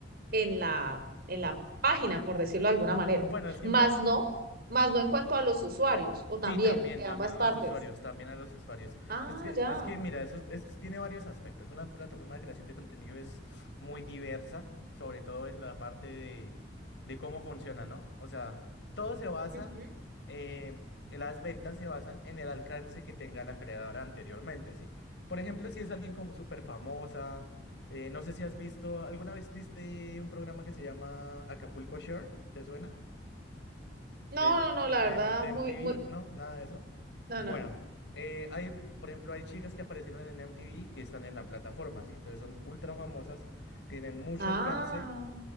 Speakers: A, on the right; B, on the left.
A: en la, en la página, por decirlo de alguna
B: Bu-
A: manera.
B: bueno, es que
A: Más
B: mira.
A: no, más no en cuanto a los usuarios, o también
B: Sí, también,
A: de
B: también
A: ambas
B: a
A: partes.
B: los usuarios, también a los usuarios.
A: Ah,
B: Es que,
A: ya.
B: es que mira, eso es- es- tiene varios aspectos. Una plataforma de creación de contenido es muy diversa, sobre todo en la parte de, de cómo funciona, ¿no? O sea, todo se basa,
A: Ujú.
B: eh, las ventas se basan en el alcance que tenga la creadora anteriormente, ¿sí? Por ejemplo, si es alguien como súper famosa, eh, no sé si has visto, ¿alguna vez viste un programa que se llama Acapulco Shore? ¿Te suena? De,
A: No,
B: M-
A: no, no, la
B: de,
A: verdad,
B: M- de
A: muy,
B: MTV,
A: muy,
B: ¿no? Nada de eso.
A: no,
B: Bueno,
A: no.
B: eh, hay, por ejemplo, hay chicas que aparecieron en MTV que están en la plataforma, ¿sí? Entonces son ultra famosas, tienen mucho
A: Ah,
B: alcance